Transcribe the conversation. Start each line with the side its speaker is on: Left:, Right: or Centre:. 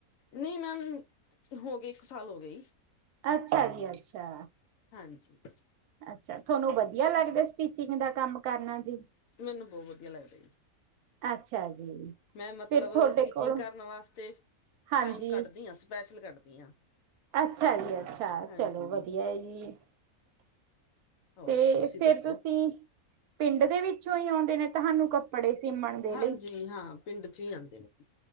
Left: ਨਹੀਂ ਮੈਮ, ਹੋ ਗਏ ਇੱਕ ਸਾਲ ਹੋ ਗਏ।
Right: ਅੱਛਾ ਜੀ -ਅੱਛਾ
Left: ਹਾਂਜੀ।
Right: ਅੱਛਾ, ਤੁਹਾਨੂੰ ਵਧੀਆ ਲੱਗਦਾ। ਸਟਿਚਿੰਗ ਦਾ ਕੰਮ ਕਰਨਾ ਜੀ।
Left: ਮੈਨੂੰ ਬਹੁਤ ਵਧੀਆ ਲੱਗਦਾ ਜੀ।
Right: ਅੱਛਾ ਜੀ।
Left: ਮੈਂ ਮਤਲਬ
Right: ਫਿਰ ਤੁਹਾਡੇ
Left: ਸਟੀਚਿੰਗ
Right: ਕੋਲੋਂ
Left: ਕਰਨ ਵਾਸਤੇ
Right: ਹਾਂਜੀ
Left: ਟਾਈਮ ਕੱਢਦੀ ਹਾਂ। ਸਪੈਸ਼ਲ ਕੱਢਦੀ ਹਾਂ।
Right: ਅੱਛਾ ਜੀ- ਅੱਛਾ।
Left: ਹਾਂਜੀ
Right: ਚਲੋ ਵਧੀਆ ਹੈ। ਜੀ
Left: ਹੋਰ
Right: ਤੇ
Left: ਤੁਸੀਂ
Right: ਫੇਰ
Left: ਦੱਸੋ
Right: ਤੁਸੀਂ ਪਿੰਡ ਦੇ ਵਿੱਚੋਂ ਹੀ, ਆਉਂਦੇ ਨੇ, ਤੁਹਾਨੂੰ ਕੱਪੜੇ ਸੀਮਣ ਦੇ
Left: ਹਾਂਜੀ,
Right: ਲਈ
Left: ਹਾਂ। ਪਿੰਡ ਚ, ਹੀ ਆਉਂਦੇ ਨੇ। ਜੀ